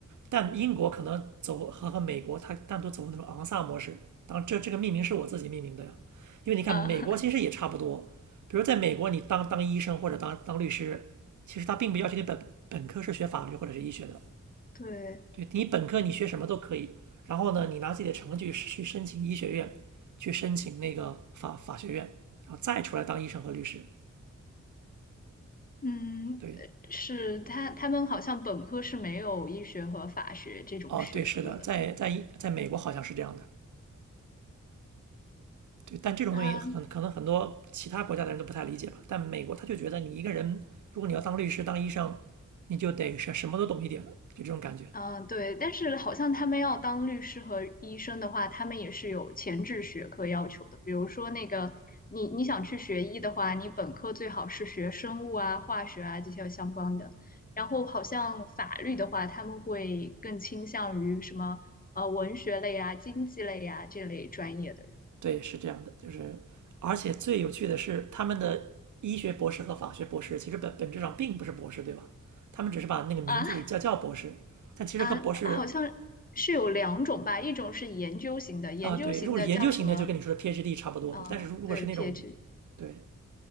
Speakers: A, on the right; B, on the left.
A: 但英国可能走和和美国，它单独走那种昂萨模式。当然这，这个命名是我自己命名的呀，因为你看美国其实也差不多，
B: 啊，
A: 比如在美国你当当医生或者当当律师，其实他并不要求你本本科是学法律或者是医学的，
B: <laughs> 对，
A: 对你本科你学什么都可以，然后呢，你拿自己的成绩去申请医学院，去申请那个法法学院，然后再出来当医生和律师。
B: 嗯，
A: 对，
B: 呃是他他们好像本科是没有医学和法学这种学科的
A: 哦，对，是的，在在在美国好像是这样的。对，但这种东西很可能很多其他国家的人都不太理解吧。
B: 啊，
A: 但美国他就觉得你一个人，如果你要当律师、当医生，你就得是什么都懂一点，就这种感觉。
B: 嗯，对，但是好像他们要当律师和医生的话，他们也是有前置学科要求的。比如说那个，你你想去学医的话，你本科最好是学生物啊、化学啊这些相关的。然后好像法律的话，他们会更倾向于什么呃文学类啊、经济类啊这类专业的人
A: 对，是这样的，就是而且最有趣的是，他们的医学博士和法学博士其实本本质上并不是博士，对吧？他们只是把那个名字里叫叫博士，
B: 啊
A: 但其实和博士
B: 啊，好像是有两种吧，一种是研究型的，研究型的叫什么？
A: 啊，对，如果是研究型的，就跟你说的 PhD 差不多的，
B: 啊、
A: 但是如如果是那种，
B: 对，PhD。
A: 对，